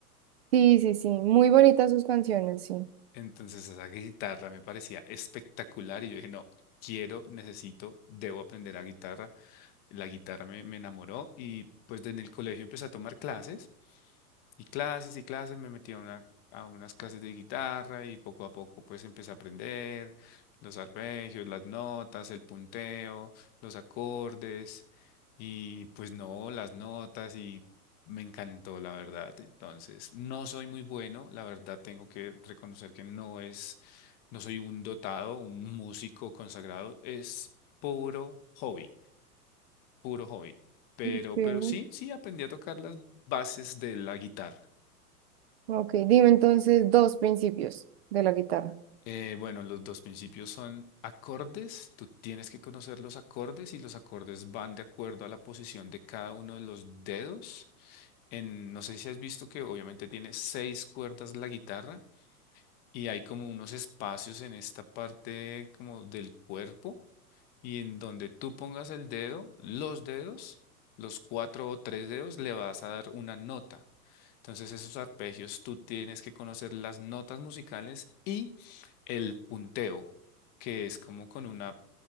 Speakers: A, on the right; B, on the left.
A: Sí, sí, sí, muy bonitas sus canciones, sí.
B: Entonces esa guitarra me parecía espectacular y yo dije, no, quiero, necesito, debo aprender a guitarra. La guitarra me, me enamoró y pues en el colegio empecé a tomar clases. Y clases y clases, me metí a, una, a unas clases de guitarra y poco a poco pues empecé a aprender los arpegios, las notas, el punteo, los acordes y pues no, las notas y me encantó la verdad. Entonces, no soy muy bueno, la verdad tengo que reconocer que no es, no soy un dotado, un músico consagrado, es puro hobby, puro hobby. Pero,
A: Ok,
B: pero sí, sí aprendí a tocar las bases de la guitarra.
A: ok, dime entonces dos principios de la guitarra.
B: Eh, bueno, los dos principios son acordes. Tú tienes que conocer los acordes y los acordes van de acuerdo a la posición de cada uno de los dedos. En, no sé si has visto que obviamente tiene seis cuerdas la guitarra y hay como unos espacios en esta parte como del cuerpo y en donde tú pongas el dedo, los dedos, los cuatro o tres dedos, le vas a dar una nota. Entonces esos arpegios tú tienes que conocer las notas musicales y el punteo, que es como con una